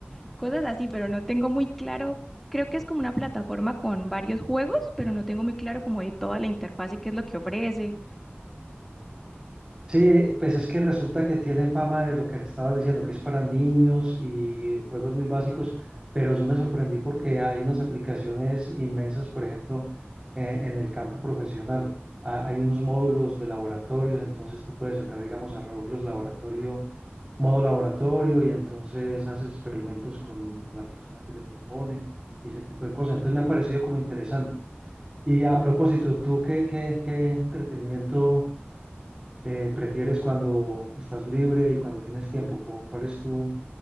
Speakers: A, in the centre; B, on the right.
A: <laughs> cosas así, pero no tengo muy claro, creo que es como una plataforma con varios juegos, pero no tengo muy claro como de toda la interfase, qué es lo que ofrece.
B: Sí, pues es que resulta que tiene fama de lo que estabas diciendo, que es para niños y juegos muy básicos, pero yo me sorprendí porque hay unas aplicaciones inmensas, por ejemplo, eh, en el campo profesional. Ah, hay unos módulos de laboratorios, entonces tú puedes entrar, digamos, a Roblox Laboratorio modo laboratorio y entonces haces experimentos con la persona que te propone y ese tipo de cosas. Entonces me ha parecido como interesante. Y a propósito, ¿tú qué, qué, qué entretenimiento eh, prefieres cuando estás libre y cuando tienes tiempo? ¿Cu- ¿Cuál es tu,